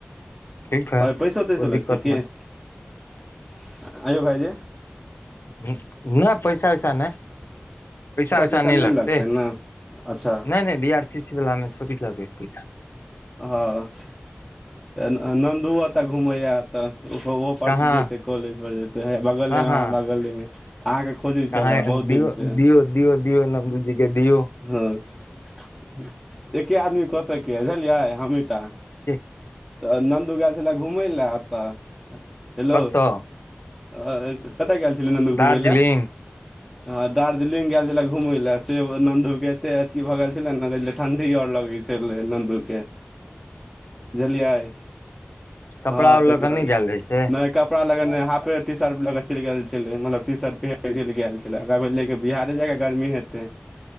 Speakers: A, on the left; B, in the centre.
A: ठीक है
B: पैसो तैसो
A: कोइ दिक्कत
B: लेतै की
A: नहि
B: आय यौ भाइजी
A: नय पैसा वैसा नय पैसा वैसा
B: तैसा नहि
A: नय लगतै
B: ने ने अच्छा
A: नय नय बी आर सी सी वाला मे थोड़ी लगै है पैसा
B: हं नन्दु ओ तऽ घुमै हात तऽ ओहो परसू
A: कहाँ
B: जेतै कॉलेज पर जेतै हेए बगले
A: कहाँ
B: ‌मे अहाँ बगले मे आहाँ के खोजै
A: कहाँ
B: छला बहुत
A: दियौ
B: दिन से
A: दियौ दियौ दियौ नन्दू जी के दियौ
B: हूं एके आदमी कऽ सकैया बुझलियै हमीटा
A: हे
B: तऽ नन्दू गेऽल छलेऽ घुमय लेऽ अतऽ हेलो
A: कतऽ
B: अऽ कत गेऽल छलै नन्दु घुमै
A: दार्जिलिंग
B: लए हाँ दार् जलिंग गेल छलै घूमे लऽ से नन्दू के एते अथी भ गेऽल छलै न ठंडी आओर लगै छै गेल रहै नन्दू के बुझलियै
A: कपड़ा
B: हं
A: आर लऽ
B: तऽ
A: कऽ नहि गेल रहै छै
B: नय कपड़ा लऽ के नय हाफे टी शर्ट ला के चैल गेल छलै मतलब टी शर्ट पहिर के चेल गैल छलै अ बिहारे जेकाऽ गर्मी हेतई